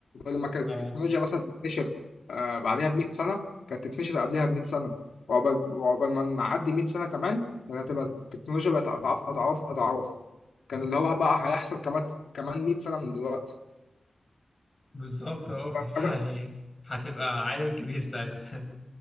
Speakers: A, on the left (about 85°); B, on the left (about 30°).
A: لما كانت
B: اه
A: التكنولوجيا مثلا تتنشر آه بعدها ب 100 سنه كانت تتنشر قبلها ب 100 سنه وعقبال وعقبال ما نعدي 100 سنه كمان كانت هتبقى التكنولوجيا بقت اضعاف اضعاف اضعاف كان اللي هو بقى هيحصل كمان كمان 100 سنة من دلوقتي
B: بالظبط اه فانت
A: فاهم حاجة؟
B: <laughs> يعني هتبقى عالم كبير ساعتها